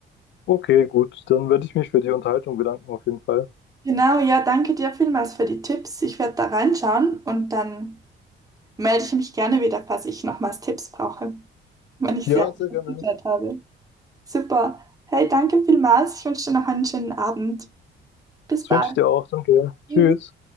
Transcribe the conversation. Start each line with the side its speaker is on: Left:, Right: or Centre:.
Left: Okay, gut, dann werde ich mich für die Unterhaltung bedanken auf jeden Fall.
Right: Genau, ja, danke dir vielmals für die Tipps. Ich werde da reinschauen und dann melde ich mich gerne wieder, falls ich nochmals Tipps brauche, wenn ich
Left: Ja,
Right: sie
Left: sehr gerne.
Right: geklärt habe. Super. Hey, danke vielmals. Ich wünsche dir noch einen schönen Abend. Bis
Left: Das
Right: bald.
Left: wünsche ich dir auch. Danke. Tschüss.
Right: Tschüss.